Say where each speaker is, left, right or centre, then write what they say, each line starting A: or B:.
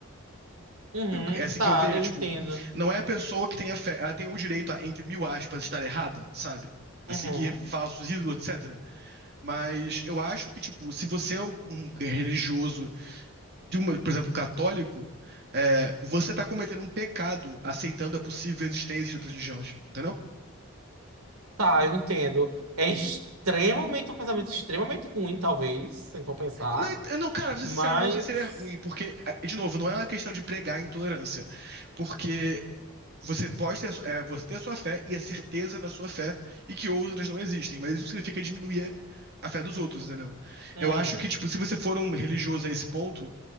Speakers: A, on the right; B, on the right.
A: Uhum,
B: É assim
A: tá,
B: que eu vejo,
A: eu
B: é tipo,
A: entendo.
B: não é a pessoa que tem a fé, ela tem o direito a, entre mil aspas, estar errada, sabe? A
A: Uhum.
B: seguir falsos ídolos, etc. Mas eu acho que, tipo, se você é um um religioso de uma, por exemplo, um católico, é, você tá cometendo um pecado aceitando a possível existência de outras religiões, entendeu?
A: Tá, eu entendo. É extremamente um pensamento extremamente ruim, talvez, se for pensar.
B: Não, não, cara, pra
A: Mas.
B: ser sincero, não sei se ele é ruim, porque, é, de novo, não é uma questão de pregar intolerância, porque você pode ter, a sua- é, você ter a sua fé e a certeza na sua fé e que outras não existem, mas isso significa diminuir a fé dos outros, entendeu?
A: Hum,
B: Eu acho que, tipo, se você for um religioso a esse ponto,